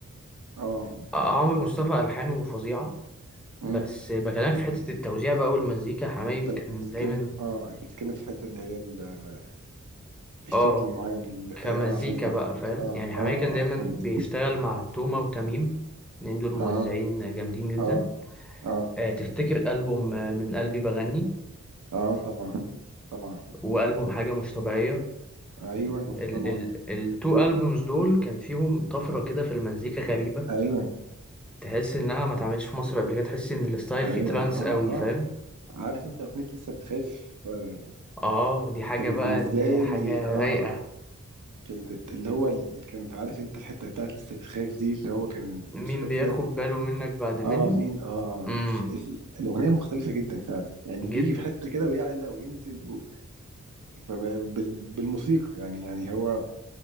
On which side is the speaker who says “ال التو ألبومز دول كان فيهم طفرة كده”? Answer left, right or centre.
Centre